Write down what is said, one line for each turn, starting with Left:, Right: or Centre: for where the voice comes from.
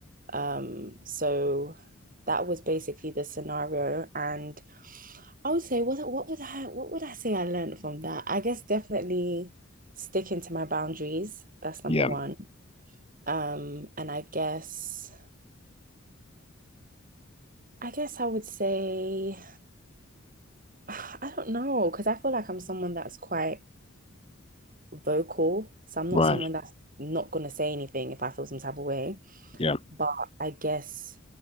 Right: Um, so that was basically the scenario and I would say what what would I what would I say I learned from that? I guess definitely sticking to my boundaries. That's number
Left: Yeah,
Right: one. Um, and I guess I guess I would say <sighs> I don't know because I feel like I'm someone that's quite vocal, so I'm not
Left: right.
Right: someone that's not gonna say anything if I feel some type of way.
Left: Yeah,
Right: But I guess